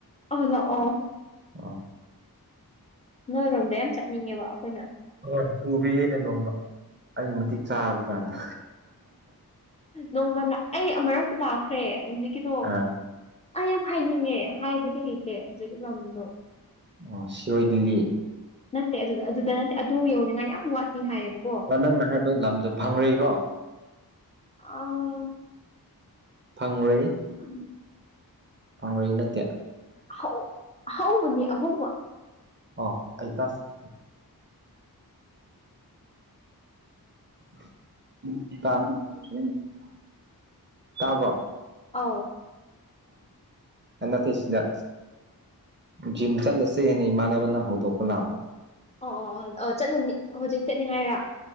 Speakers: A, on the left (about 20°); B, on the right (about 30°).
A: ꯑꯣ ꯂꯛꯑꯣ
B: ꯑꯥ
A: ꯅꯣꯏꯔꯣꯝꯗ ꯌꯥꯝ ꯆꯠꯅꯤꯡꯉꯦꯕ ꯑꯈꯣꯏꯅ
B: ꯍꯣꯏ ꯄꯨꯕꯤꯒꯦꯅꯦ ꯅꯣꯡꯃ ꯑꯩ ꯃꯇꯤꯛ ꯆꯥꯕ ꯀꯥꯟꯗ
A: ꯅꯣꯡꯃ ꯂꯥꯛ ꯑꯩ ꯑꯃꯨꯔꯛꯇꯤ ꯂꯥꯛꯈ꯭ꯔꯦ ꯍꯧꯖꯤꯛꯀꯤꯗꯣ
B: ꯑꯥ
A: ꯑꯩ ꯌꯥꯝ ꯍꯥꯏꯅꯤꯡꯉꯦ ꯍꯥꯏꯕꯗꯤ ꯍꯩꯇꯦ ꯍꯧꯖꯤꯛꯀꯤ ꯂꯝꯗꯣ
B: ꯑꯣ ꯁꯤꯔꯣꯏ ꯂꯤꯂꯤ
A: ꯅꯠꯇꯦ ꯑꯗꯨꯗ ꯑꯗꯨꯗ ꯅꯠꯇꯦ ꯑꯗꯨ ꯌꯧꯗ꯭ꯔꯤꯉꯥꯏ ꯌꯥꯝ ꯋꯥꯠꯂꯤ ꯍꯥꯏꯌꯦꯕ
B: ꯅꯪꯅ ꯍꯥꯏꯕ ꯂꯝꯗꯣ ꯐꯪꯔꯩꯔꯣ
A: ꯑꯥ
B: ꯐꯪꯔꯩ
A: <inaudible>
B: ꯐꯪꯔꯩ ꯅꯠꯇꯦ
A: ꯍꯧ ꯑꯍꯧꯕꯅꯦ ꯑꯍꯧꯕ
B: ꯑꯣ ꯑꯩ ꯇꯥꯁ <inaudible> <inaudible> ꯇꯥꯕ꯭ꯔꯣ
A: ꯑꯥꯎ
B: ꯑ ꯅꯠꯇꯦ ꯁꯤꯗ ꯖꯤꯝ ꯆꯠꯂꯁꯦ ꯍꯥꯏꯅ ꯏꯃꯥꯟꯅꯕꯅ ꯍꯧꯗꯣꯛꯄ ꯂꯥꯛꯄ
A: ꯑꯣ ꯑꯣ ꯑꯣ ꯆꯠꯂꯅꯤ ꯍꯧꯖꯤꯛ ꯆꯠꯅꯤꯡꯉꯥꯏꯔ